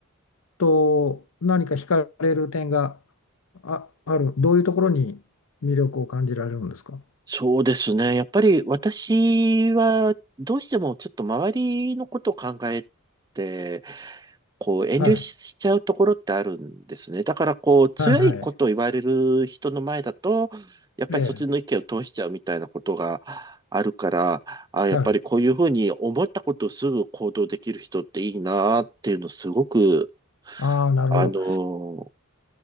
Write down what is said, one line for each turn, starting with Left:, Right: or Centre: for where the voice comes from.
Left: 人、何か惹かれる点が、あ、ある、どういうところに魅力を感じられるんですか
Right: そうですね。やっぱり私はどうしてもちょっと周りのことを考えて、こう遠慮しちゃうところってあるんですね。
Left: はい、
Right: だからこう強いことを言われる人の前だと、
Left: はい、はい。
Right: やっぱりそっちの意見を通しちゃうみたいなことがあるから、
Left: ええ、
Right: あ、やっぱりこういうふうに思ったことをすぐ行動できる人っていいなっていうのすごく、
Left: はい。ああ、なるほど。
Right: あのー